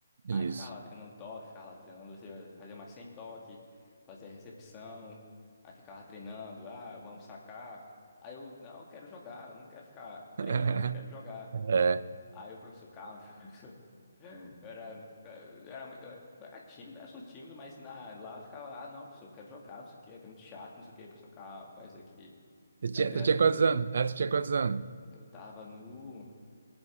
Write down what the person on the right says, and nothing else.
Isso.
<laughs>
É.
Tu
tinha,
tu tinha quantos anos? É, tu tinha quantos anos?